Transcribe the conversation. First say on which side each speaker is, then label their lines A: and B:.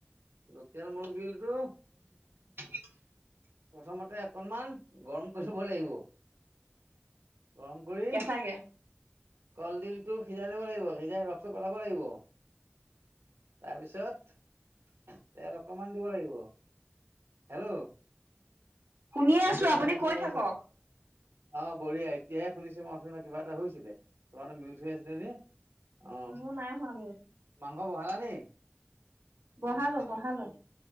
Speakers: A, on the right; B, on the right.
A: লোকেল মুৰ্গিলটো
B: <inaudible>
A: প্ৰথমতে অকনমান গৰম কৰি লব লাগিব। গৰম কৰি
B: কেঁচাকে
A: কলডিলটো সিজাই থাকিব লাগিব, সিজ সিজাই ৰসটো পেলাব লাগিব, তাৰপিছত তেল অকমান দিব লাগিব, হেল্ল'।
B: শুনিয়ে
A: আৰু শব্দ
B: আছো
A: এটা
B: আপুনি
A: অহা নিচিনা
B: কৈ
A: হৈছিলে।
B: থাকক
A: অ', বঢ়িয়া, এতিয়াহে শুনিছো, মই অথনিয়ৰ পৰা কিবা এটা হৈছিলে, তোমাৰতো মিউট হৈ আছিলে নি? অ
B: মোৰ নাই হোৱা মিউত,
A: মাংস বহালা নি
B: বহালো বহালো।